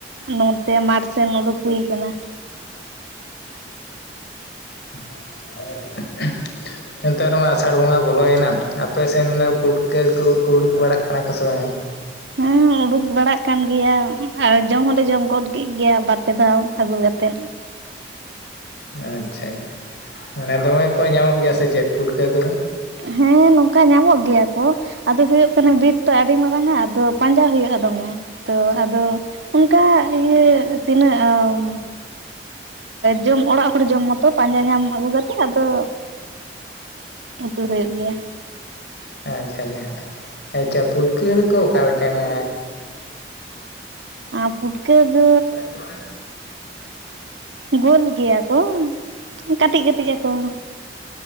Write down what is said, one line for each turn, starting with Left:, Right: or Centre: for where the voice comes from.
Right: ᱱᱚᱛᱮ ᱢᱟᱴᱷ ᱥᱮᱱ ᱩᱰᱩᱠ ᱦᱩᱭ ᱠᱟᱱᱟ
Left: <unintelligible> ᱱᱮᱛᱟᱨ ᱢᱟ ᱟᱥᱟᱲ ᱵᱚᱸᱜᱟ ᱵᱚᱞᱚᱭᱮᱱᱟ ᱟᱯᱮ ᱥᱮᱱ ᱯᱩᱴᱠᱟᱹ ᱠᱩ ᱠᱩ ᱩᱰᱩᱠ ᱵᱟᱲᱟᱜ ᱠᱟᱱᱟ ᱠᱚ ᱥᱮ ᱵᱟᱝ <unintelligible>
Right: ᱦᱮᱸ ᱩᱰᱩᱠ ᱵᱟᱲᱟᱜ ᱠᱟᱱ ᱜᱮᱭᱟ ᱟᱨ ᱡᱚᱢ ᱦᱚᱞᱮ ᱡᱚᱢ ᱜᱚᱫ ᱠᱮᱫ ᱜᱮᱭᱟ ᱵᱟᱨ ᱯᱮ ᱫᱷᱟᱣ ᱟᱹᱜᱩᱠᱟᱛᱮ
Left: ᱟᱪᱪᱷᱟ ᱢᱟᱱᱮ ᱫᱚᱢᱮ ᱠᱚ ᱧᱟᱢᱚᱜ ᱜᱮᱭᱟ ᱥᱮ ᱪᱮᱫ ᱯᱩᱴᱠᱟᱹ ᱠᱚᱫᱚ
Right: ᱦᱮᱸ ᱱᱚᱝᱠᱟ ᱧᱟᱢᱚᱜ ᱜᱤᱭᱟ ᱠᱚ, ᱟᱫᱚ ᱦᱳᱭᱳᱜ ᱠᱟᱱᱟ ᱵᱤᱨ <unintelligible> ᱟᱹᱰᱤ ᱢᱟᱨᱟᱝ ᱟ ᱟᱫᱚ ᱯᱟᱸᱡᱟ ᱦᱩᱭᱩᱜᱼᱟ ᱫᱚᱢᱮ ᱛᱚ ᱟᱫᱚ ᱚᱱᱠᱟ ᱤᱭᱟᱹ ᱛᱤᱱᱟᱹᱜ <unintelligible> ᱡᱚᱢ ᱚᱲᱟᱜ ᱦᱚᱲ ᱡᱚᱢ ᱢᱚᱛᱚ ᱯᱟᱸᱡᱟ ᱧᱟᱢ ᱟᱹᱜᱩ ᱠᱟᱛᱮ ᱟᱫᱚ ᱩᱛᱩ ᱫᱚ ᱦᱩᱭᱩᱜ ᱜᱮᱭᱟ
Left: <unintelligible> ᱟᱪᱪᱷᱟ ᱯᱩᱴᱠᱟᱹ ᱫᱚᱠᱚ ᱚᱠᱟᱞᱮᱠᱟᱱᱟ
Right: ᱟᱻ ᱯᱩᱴᱠᱟ. <unintelligible>
Left: <unintelligible>
Right: ᱜᱳᱞ ᱜᱮᱭᱟ ᱠᱚ ᱠᱟᱹᱴᱤᱡ ᱠᱟᱹᱴᱤᱡ ᱟᱠᱚ